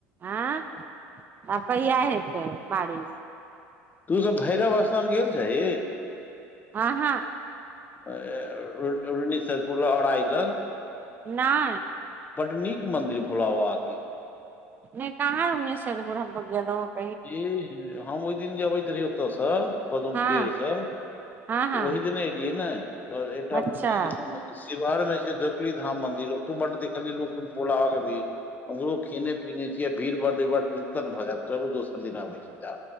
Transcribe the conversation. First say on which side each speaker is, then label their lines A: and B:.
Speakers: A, on the right (about 30°); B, on the left (about 25°).
A: आँ <inaudible> आब कहिया हेतै बारिश
B: तू सब भैरव स्थान गेल छही
A: आ हँ
B: <unintelligible>
A: नै
B: बड नीक मन्दिर भोला बाबा केँ
A: नै कहाँ <unintelligible>
B: ई हम ओइ दिन जे अबैत रहिय ओ तऽ स <unintelligible> तऽ
A: हँ हँ हँ
B: ओहि दिने एलियै नै त एकटा
A: अच्छा
B: <unintelligible> शिवहर में छै दोकली धाम मंन्दिर ओतौ बड देखली लोक भोला बाबा केँ भीड़ अम्हरो खेने पिने छियै भीड़ बड दिक्कत भऽ चलू दोस सब दिन अब जेना